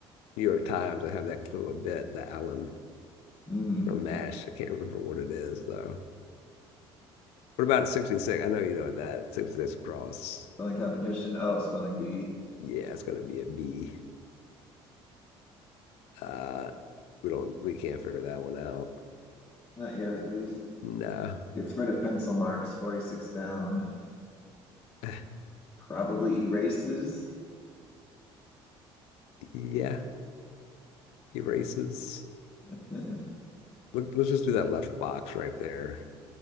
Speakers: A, on the left; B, on the left.
A: New York Times. I have that clue a bit, the Alan
B: Mm,
A: from MASH. I can't remember what it is though. What about 66? I know you know what that 66 cross.
B: spelling competition. Oh, spelling bee.
A: Yeah, it's gonna be a B. Uh, we don't we can't figure that one out.
B: Not yet, at least.
A: No. <sighs>
B: Gets rid of pencil marks, 46 down.
A: <laughs>
B: Probably erases.
A: Yeah, erases.
B: <laughs>
A: Look. let's just do that left box right there.